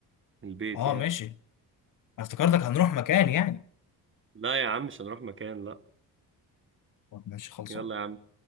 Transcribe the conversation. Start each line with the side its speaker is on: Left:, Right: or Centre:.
Right: من البيت
Left: اه
Right: يعني
Left: ماشي أنا افتكرتك هنروح مكان يعني
Right: لا يا عم مش هنروح مكان لا
Left: طب ماشي خلصان
Right: يلا يا عم